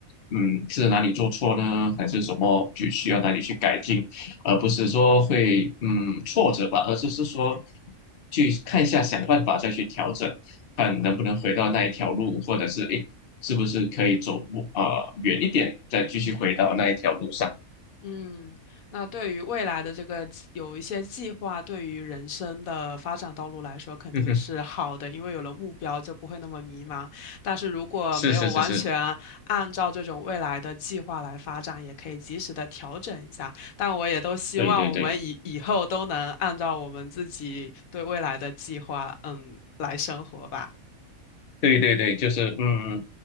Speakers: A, on the left; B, on the left.
A: 嗯，是哪里做错呢？还是什么就需要哪里去改进，而不是说会嗯挫折吧，而是是说去看一下想办法再去调整。看能不能回到那一条路，或者是诶，是不是可以走呃远一点，再继续回到那一条路上。
B: 嗯，那对于未来的这个计有一些计划，对于人生的发展道路来说，肯定是好的，
A: 嗯哼，
B: 因为有了目标就不会那么迷茫。但是如果没有完全按照这种未来的计划来发展，
A: 是是是是，
B: 也可以及时的调整一下。但我也都希望我们以以后都能按照我们自己对未来的计划，
A: 对对对
B: 嗯，来生活吧。
A: 对对对，就是嗯，
B: 嗯